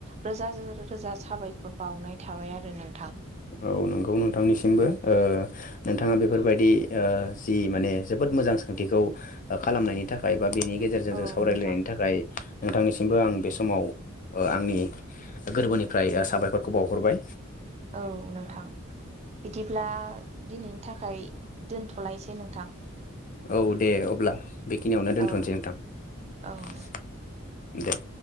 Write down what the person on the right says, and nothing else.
रोजा रोजा रोजा साबायखर बावनाय थाबाय आरो नों
औ
नोंथां
औ नोंथां बिदिब्ला दिनैनि थाखाय दोनथ'लायसै नोंथां।
औ
औ।